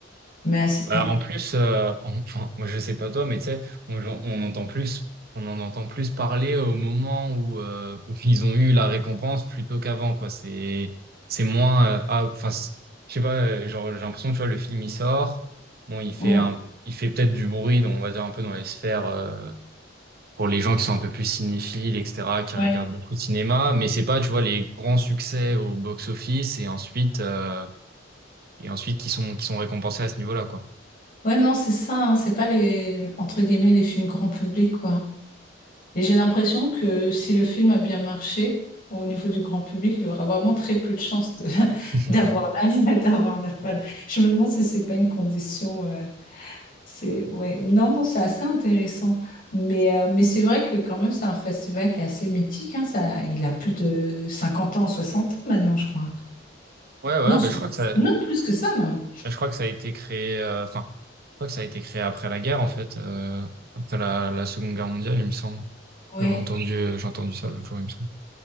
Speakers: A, on the left; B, on the right.
A: Mais assez-
B: Bah,
A: ouais.
B: en plus, euh, en- <laughs> enfin, moi je sais pas toi, mais tu sais, on, on entend plus, on en entend plus parler au moment où, euh, où ils ont eu la récompense plutôt qu'avant, quoi. C'est, c'est moins, euh, ah, enfin, c'est- je sais pas, euh, genre j'ai l'impression, tu vois, le film il sort, bon, il fait
A: Mm.
B: un, il fait peut-être du bruit, donc on va dire un peu dans les sphères euh, pour les gens qui sont un peu plus cinéphiles, etc., qui
A: Ouais.
B: regardent beaucoup de cinéma, mais c'est pas, tu vois, les grands succès au box-office et ensuite, euh, et ensuite qui sont, qui sont récompensés à ce niveau-là, quoi.
A: Ouais, non, c'est ça, hein, c'est pas les, entre guillemets, les films grand public, quoi. Et j'ai l'impression que si le film a bien marché au niveau du grand public, il aura vraiment très peu de chances de, <laughs>
B: <laughs>
A: d'avoir la, <laughs> d'avoir la palme. Je me demande si c'est pas une condition, euh, c'est, ouais. Non, non, c'est assez intéressant. Mais, euh, mais c'est vrai que quand même, c'est un festival qui est assez mythique, hein, ça, il a plus de 50 ans, 60 ans maintenant, je crois.
B: Ouais, ouais,
A: Non, so-
B: ben je crois que ça,
A: non, plus que ça, même.
B: ben, je crois que ça a été créé, euh, enfin, je crois que ça a été créé après la guerre, en fait, euh, après la, la Seconde Guerre mondiale, il me semble.
A: ouais
B: J'ai entendu, euh, j'ai entendu ça l'autre jour, il me semble.